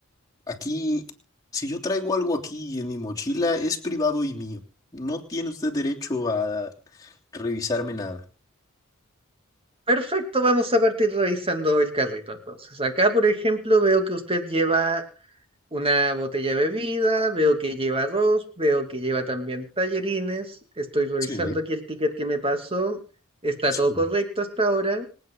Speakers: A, on the left (about 20°); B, on the right (about 25°).
A: aquí, si yo traigo algo aquí en mi mochila, es privado y mío. No tiene usted derecho a revisarme nada.
B: Perfecto, vamos a partir revisando el carrito entonces. Acá, por ejemplo, veo que usted lleva una botella de bebida, veo que lleva arroz, veo que lleva también tallerines, estoy revisando
A: Sí,
B: aquí el ticket que me pasó, está
A: sí.
B: todo correcto hasta ahora,